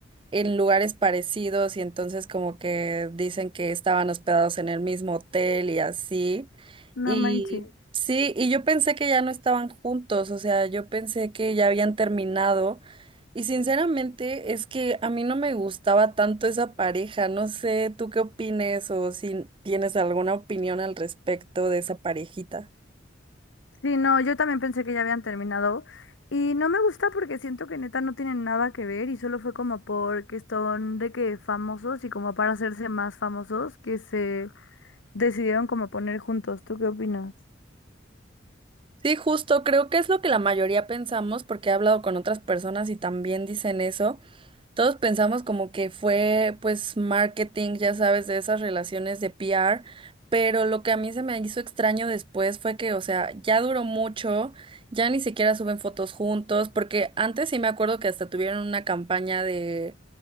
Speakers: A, on the right; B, on the left.
A: en lugares parecidos y entonces como que dicen que estaban hospedados en el mismo hotel y así.
B: No
A: Y
B: manches.
A: sí, y yo pensé que ya no estaban juntos, o sea, yo pensé que ya habían terminado. Y sinceramente es que a mí no me gustaba tanto esa pareja, no sé, ¿tú qué opines o si tienes alguna opinión al respecto de esa parejita?
B: Sí, no, yo también pensé que ya habían terminado. Y no me gusta porque siento que neta no tienen nada que ver y solo fue como porque son de que famosos y como para hacerse más famosos que se decidieron como poner juntos. ¿Tú qué opinas?
A: Sí, justo, creo que es lo que la mayoría pensamos porque he hablado con otras personas y también dicen eso. Todos pensamos como que fue pues marketing, ya sabes, de esas relaciones de PR, pero lo que a mí se me hizo extraño después fue que, o sea, ya duró mucho, ya ni siquiera suben fotos juntos, porque antes sí me acuerdo que hasta tuvieron una campaña de,